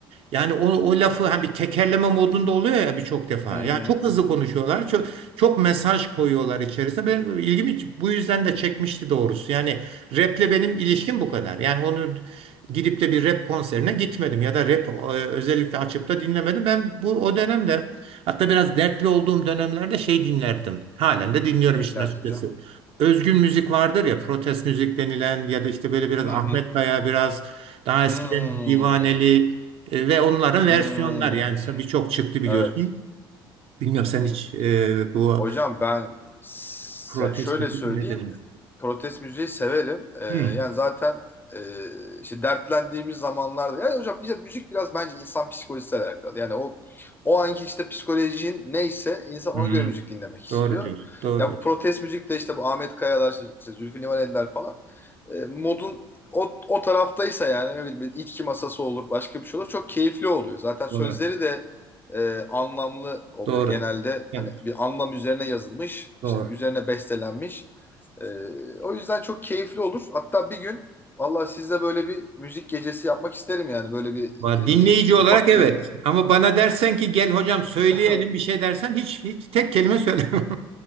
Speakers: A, on the right; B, on the left.
A: Yani o, o lafı hani bir tekerleme modunda oluyor ya birçok defa.
B: Hı
A: Yani
B: hı.
A: çok hızlı konuşuyorlar. Çok, çok mesaj koyuyorlar içerisine. Benim ilgimi bu yüzden de çekmişti doğrusu. Yani raple benim ilişkim bu kadar. Yani onu gidip de bir rap konserine gitmedim ya da rap e, özellikle açıp da dinlemedim. Ben bu o dönemde Hatta biraz dertli olduğum dönemlerde şey dinlerdim. Halen de dinliyorum
B: Eğiliriz
A: işin açıkçası.
B: hocam.
A: Özgün müzik vardır ya, protest müzik denilen ya da işte böyle biraz
B: Hı
A: Ahmet
B: hı.
A: Kaya, biraz daha
B: Hmm.
A: eskiden Divaneli e, ve onların
B: Hmm.
A: versiyonlar yani sen- birçok çıktı biliyorsun.
B: Evet.
A: Bilmiyorum
B: Hı
A: sen
B: hı.
A: hiç e, bu
B: Hocam ben s-
A: protest
B: yani şöyle
A: müzik
B: söyleyeyim.
A: dinledin mi?
B: Protest müziği severim. Ee, yani
A: Hmm.
B: zaten e, işte dertlendiğimiz zamanlarda. Yani hocam işte müzik biraz bence insan psikolojisiyle alakalı. Yani o o anki işte psikolojin neyse insan
A: Hmm.
B: ona göre müzik dinlemek istiyor.
A: Doğru diyorsun. Doğru
B: Ya
A: diyorsun.
B: bu protest müzik de işte bu Ahmet Kayalar, işte, işte Zülfü Livaneliler falan. e, modun o, o taraftaysa yani ne bileyim içki masası olur başka bir şey olur. Çok keyifli oluyor. Zaten sözleri
A: Doğru.
B: de e, anlamlı oluyor.
A: Doğru.
B: Genelde
A: Evet,
B: hani bir anlam üzerine yazılmış,
A: doğru.
B: işte üzerine bestelenmiş. Ee, o yüzden çok keyifli olur. Hatta bir gün valla sizle böyle bir müzik gecesi yapmak isterim yani. Böyle bir
A: Var
B: e,
A: dinleyici olarak
B: ufak
A: evet.
B: bir...
A: Ama bana dersen ki gel hocam söyleyelim
B: <laughs>
A: bir şey dersen hiç, hiç tek kelime söylemem.